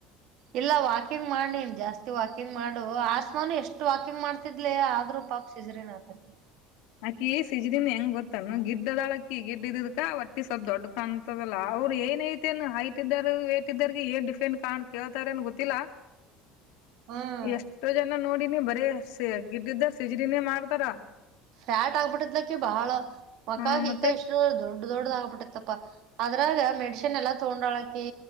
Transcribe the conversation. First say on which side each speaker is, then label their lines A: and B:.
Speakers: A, on the right; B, on the left.
A: ಇಲ್ಲ ವಾಕಿಂಗ್ ಮಾಡನನ್ ಜಾಸ್ತಿ ಜಾಸ್ತಿ ವಾಕಿಂಗ್ ಮಾಡು ಆಸ್ಮಾನು ಎಷ್ಟು ವಾಕಿಂಗ್ ಮಾಡ್ತಿದ್ಲಿ ಆದ್ೂ ಪಾಪ ಶಜ್ರಿಿನಕಕಿ
B: ಅಕಿ ಸಿಜನ್ ಹೆಂಗ್ ಗೊತ್ತಲ್ ಗಿಡ್ಡದಾಳಕಿ ಗಿಡ್ ಇದ್ಕ ಒಟ್ಟಿ ಸ್ವಲ್ಪ ದೊಡ್ಡ ಕಾಣತದಲ್ಲಾ ಅವ್ರು ಅವ ಏನ್ ಐತೆ ನ್ ಹೈಟ್ ಇದ್ದಾರ ವೇಟ್ ಇದಾರ ಏನ್ ಡಿಫೆಂಡ್ ಕಾಣ ಕೇಳ್ತಾರ ಅನ್ ಗೊತ್ತಿಲ್ಲಾ
A: ಹ್ಮ್
B: ಎಷ್ಟೋ ಜನ ನೋಡಿನಿ ಬರೀ ಸ ಗಿಡಿದ್ದಾರ ಸಿಜ್ರಿನೇ ಮಾಡ್ತಾರ
A: ಫ್ಯಾಟ್ ಆಗ್ಬಿಟ್ಟಿದ್ಕ್ಕೆ ಬಹಳ ಒಕ್ಕಾಗಿ
B: ಆ ಮತ್ತೆ
A: ಈಕ ಇಷ್ಟ ದೊಡ್ ದೊಡ್ಡ ಆಬ ಟ್ಟತ್ತಪ್ಪಾ ಅದ್ರಾಗ ಮೆಡಶಿನ್ ಎಲ್ಲಾ ತಗೊಂಡಳಕಿ